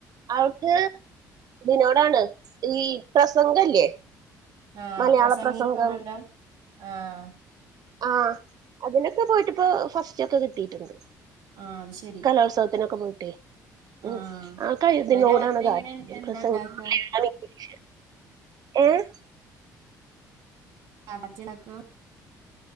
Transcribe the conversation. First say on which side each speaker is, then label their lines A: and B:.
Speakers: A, on the right; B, on the right.
A: അവ്ക്ക് ഇതിനോടാണ് ഈ പ്രസംഗല്ലേ
B: ആഹ്
A: മലയാള
B: പ്രസംഗിക്കുന്നുണ്ടോ
A: പ്രസംഗം
B: ആഹ്
A: ആഹ് അതിനൊക്കെ പോയിട്ട്പ്പോ ഫസ്റ്റൊക്ക കിട്ടീട്ടുണ്ട്
B: ആഹ് അത് ശരി
A: കലോത്സവത്തിനൊക്കെ പോയിട്ടേ
B: ആ
A: ഉം ആകഴ്തിനോടാണ്
B: ഇങ്ങള് രാത്രി
A: താത്പര്യം
B: എങ്ങനെ എന്താ
A: പ്രസംഗം
B: ഇണ്ടാക്ക
A: <unintelligible> മലയാള ഇംഗ്ലീഷ്.... ഏഹ്
B: അടച്ചിടക്ക്